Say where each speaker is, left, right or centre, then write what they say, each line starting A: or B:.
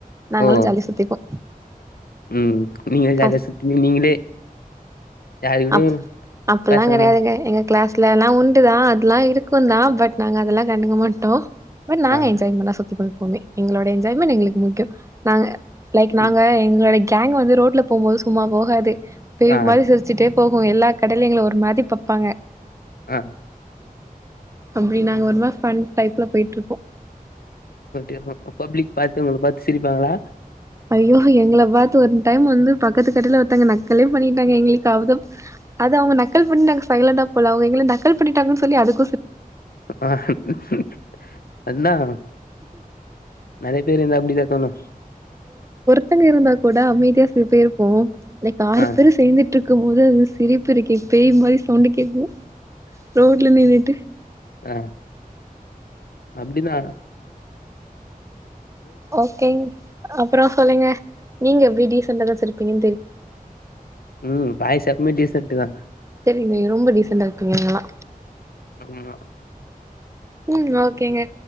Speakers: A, on the right; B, on the left.
A: நாங்களே
B: ஓ
A: ஜாலியா சுத்திப்போ
B: ம் நீங்களே
A: ப
B: ஜாலியா சுத்த நீங்களே யாருக்கூடயு
A: அப் அப்பல்லா
B: பேசாம
A: கெடையாதுங்க எங்க கிளாஸ் ல எல்லாம் உண்டுதான் அதெல்லாம் இருக்கும் தான் பட் நாங்க அதெல்லாம் கண்டுக்க மாட்டோம் பட் நாங்க
B: ஆ
A: என்ஜாய்மெண்டா சுத்தி பாப்போமே எங்களோட என்ஜாய்மெண்ட் எங்களுக்கு முக்கியம் நாங்க லைக் நாங்க
B: ம்
A: எங்களோட கேங் வந்து ரோட்ல போம்போது சும்மா போகாது பேய்
B: ஆ
A: மாரி சிரிச்சுட்டே போகும் எல்லா கடலேங்களும் ஒரு மாரி பாப்பாங்க
B: ஆ
A: அப்டி நாங்க ஒருமா ஃபன் டைப்ல போயிட்ருப்போம்
B: போயிட்டே இருக்கு பப்ளிக் பாத்து உங்கள பாத்து சிரிப்பாங்களா
A: ஐயோ எங்கள பாத்து ஒரு டைம் வந்து பக்கத்து கடையில ஒருத்தாங்க நக்கலே பண்ணி டாங்க எங்களுக்கு அவதம் அது அவங்க நக்கல் பண்ணி சைலண்டா போல அவங்க எங்களை நக்கல் பண்ணிட்டாங்க சொல்லி அதுக்
B: ஆஹ ம் ம் அதுந்தான் நெறைய பேர் இருந்த அப்டிதா தோணு
A: பசங்க இருந்தா கூட அமைதியா சிறு பேய்ப்போம் லைக் ஆறு
B: ஆ
A: பேரும் சேந்துட்டு இருக்கும் போது சிரிப்பு இருக்கே பெய் மாரி சவுண்ட் கேக்கு ரோட்ல நின்னுட்டு
B: ஆ அப்டினா
A: ஓகே அப்றம் சொல்லுங்க நீங்க எப்டி டீசண்டா தா சிரிப்பீங்க
B: ம் பாய் எப்மே டீசன்ட்டுதா
A: தெரிங்கய ரொம்ப டீசன்ட்டா இருப்பீங்க எங்கல்லா
B: ஆமா
A: ம் ஓகேங்க